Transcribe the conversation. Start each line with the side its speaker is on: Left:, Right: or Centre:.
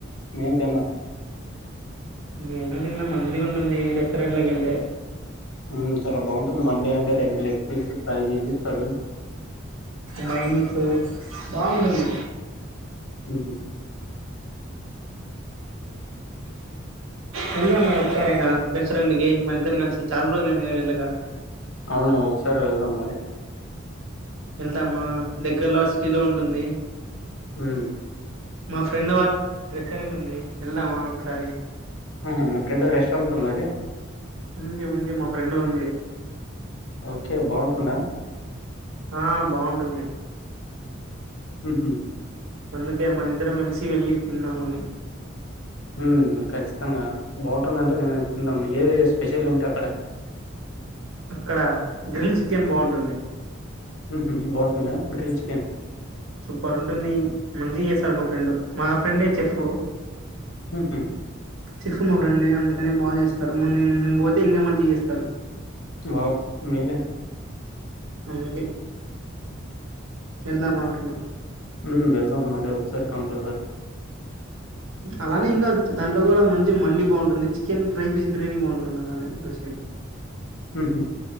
Left: నేను తిన్నా
Right: నేను తిన్న మంచిగా ఉంటుంది రెస్టారెంట్ లోకి వెళ్తే
Left: ఆ చాలా బాగుంటుంది మండి అంటే రెండు లెగ్ పీసులు ఫ్రై చేసిఇస్తాడు
Right: మైనీస్ బాగుంటుంది
Left: ఉహు
Right: వెళ్దామా ఒక్కసారి అయినా రెస్టారెంట్ కి మన ఇద్దరం కలిసి చాలా రోజులు అయింది కదా వెళ్ళాక
Left: అవును ఒకసారి వెళ్దాం మరి
Right: వెళ్దామా దగ్గరలో సిటీలో ఉంటుంది
Left: హ్మ్.
Right: మా ఫ్రెండ్ వాళ్ళ రెస్టారెంట్ ఉంది వెళ్దామా ఒకసారి
Left: ఆహా మి ఫ్రెడ్ రెస్టారెంట్ ఉందా అయితే
Right: ఉంది ఉంది మా ఫ్రెండ్ ఉంది
Left: ఓకే బాగుంటుందా
Right: ఆ బాగుంటుంది
Left: ఉహు
Right: అందుకే మనిద్దరం కలిసి వెళ్ళి తిందామని
Left: హు ఖచ్చితంగా బాగుంటుంది అంటే ఏది స్పెషల్ ఏంటి అక్కడ
Right: అక్కడ గ్రిల్ చికెన్ బాగుంటుంది
Left: ఉహు బాగుంటుందా గ్రిల్ చికెన్
Right: సూపర్ ఉంటుంది మంచిగా చేస్తాడు మా ఫ్రెండ్ మా ఫ్రెండే షెఫ్
Left: ఉహు
Right: చెఫ్ మా ఫ్రెండే అందుకనే బాగా చేస్తాడు మొ నేను నేను పోతే ఇంకా మంచిగా చేస్తాడు
Left: వావ్ మేలే
Right: అందుకే వెళ్దాం అంటున్నా
Left: హు వెళ్దాం మరి ఒకసారి కంపల్ సరి
Right: అలానే ఏం కాదు దాంట్లో కూడా మంచి మండి బాగుంటుంది చికెన్ ఫ్రై పీస్ బిర్యానీ బాగుంటుంది అలానే ఎం కట్ సైడ్
Left: మ్ హు